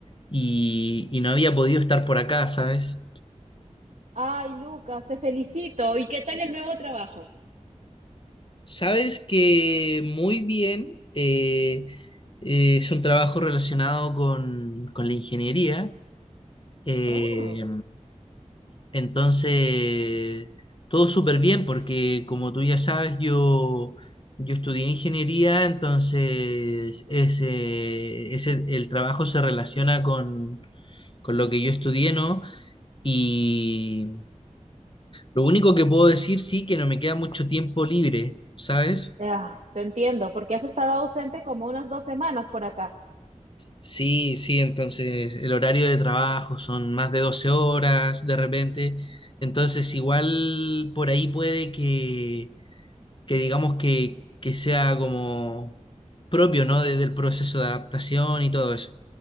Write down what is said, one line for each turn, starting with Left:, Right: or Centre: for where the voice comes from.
Left: y, y no había podido estar por acá, ¿sabes?
Right: Ay, Lucas, te felicito. ¿Y qué tal el nuevo trabajo?
Left: Sabes que muy bien, eh, eh, es un trabajo relacionado con, con la ingeniería. eh,
Right: Oh,
Left: Entonces, todo súper bien porque como tú ya sabes, yo, yo estudié ingeniería, entonces ese, ese, el trabajo se relaciona con, con lo que yo estudié, ¿no? Y lo único que puedo decir, sí, que no me queda mucho tiempo libre, ¿sabes?
Right: ya, te entiendo, porque has estado ausente como unas dos semanas por acá.
Left: Sí, sí, entonces el horario de trabajo son más de 12 horas de repente, entonces igual por ahí puede que que digamos que, que sea como propio, ¿no? Desde el proceso de adaptación y todo eso.